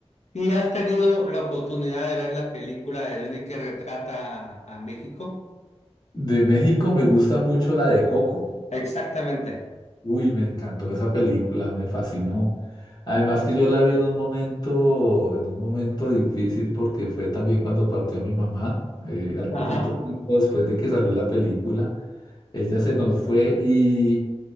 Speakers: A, on the left; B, on the left.
A: ¿Y has tenido la oportunidad de ver la película de Dune que retrata a, a México?
B: De México me gusta mucho la de Coco.
A: Exactamente.
B: Uy, me encantó esa película, me fascinó. Además que yo la vi en un momento, en un momento difícil porque fue también cuando partió mi mamá, eh, al
A: Ajá.
B: poquito tiempo después de que salió la película. Ella se nos fue y,